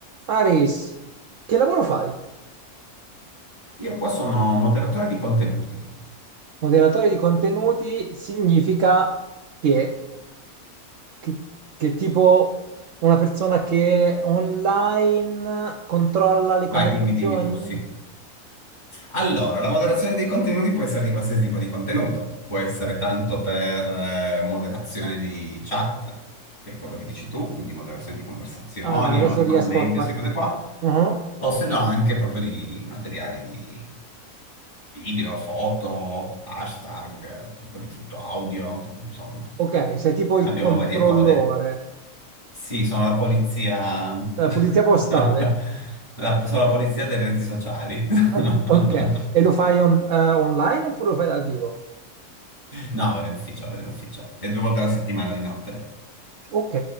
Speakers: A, on the right; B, on the left.
A: Aris, che lavoro fai?
B: Io qua sono moderatore di contenuti.
A: Moderatore di contenuti significa che, che, che tipo una persona che online controlla le
B: Vai,
A: conversazioni?
B: dimmi, dimmi tu, sì. Allora, la moderazione dei contenuti può essere di qualsiasi tipo di contenuto. Può essere tanto per eh, moderazione di chat, che è quello che dici tu, quindi moderazione di conversazioni
A: Ah, adesso
B: o di
A: riesco
B: commenti
A: a... qual-
B: o queste cose qua,
A: Mhm.
B: o se no anche proprio di materiali di video, foto, hashtag, un po' di tutto, audio, insomma.
A: Ok, sei tipo il
B: Abbiamo
A: controllore,
B: varie code. Sì, sono la polizia.
A: la
B: <laughs>
A: pulizia postale.
B: La, sono la polizia delle reti sociali. <laughs>
A: <laughs> Ok, e lo fai on- eh, online oppure lo fai dal vivo?
B: No, vado in ufficio, vado in ufficio. E due volte alla settimana di notte.
A: Ok,